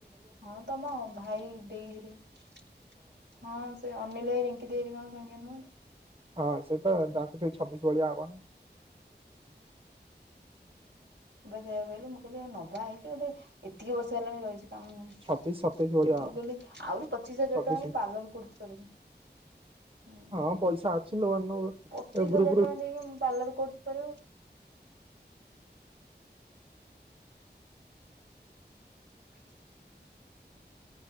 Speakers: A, on the right (about 80°); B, on the right (about 30°).
A: ହଁ ତମ ଭାଇ ଦେଇ ହେରିକା ହଁ ସେ ଅନିଲ ଭାଇ ରିଙ୍କି ଦେଇ ହେରାକା ସାଙ୍ଗିଆ ନୁହେଁ କି?
B: ହଁ ସେଇଟା ତାଙ୍କୁ ସେଇ ଛବିଶ ଭଳିଆ ହବଣି।
A: ମୁଁ ପା ସେୟା କହିଲି ମୁଁ ପା କହିଲି ନବା ଆଇଚି ଗୋଟେ ଏତିକି ବର୍ଷ ହେଲାଣି ରହିଚୁ। ଉଁ ମୁଁ
B: ଛବିଶ ସତେଇଶ ଭଳିଆ ହବ
A: କହିଲି ଆହୁରି ପଚିଶ ହଜାର
B: ଛବିଶ
A: ଟଙ୍କାରେ ପାର୍ଲର କୋର୍ସ କରିବି। ହୁଁ
B: ହଁ ପଇସା ଅଛି ଲୋନରୁ ଏଇ
A: ପଚିଶ ହଜାର
B: ଗ୍ରୁପରୁ
A: ଟଙ୍କା ଦେଇକି ମୁଁ ପାର୍ଲର କୋର୍ସ କରିବ। <inaudible>